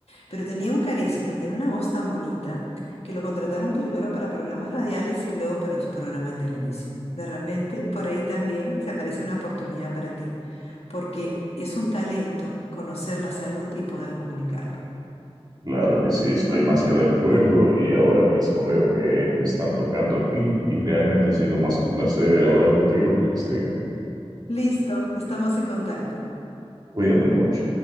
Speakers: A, on the left (about 75°); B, on the right (about 40°).
A: pero tenía un carisma y tenía una voz tan bonita que lo contrataron primero para programas radiales y luego para su programa de televisión. De repente, por ahí también se aparece una oportunidad para ti, porque es un talento conocer la salud y poder comunicarlo.
B: Claro que sí, estoy más que de acuerdo y ahora mismo veo que me están tocando aquí y realmente ha sido más que un placer hablar contigo, Cristina.
A: Listo, estamos en contacto.
B: Cuídate mucho.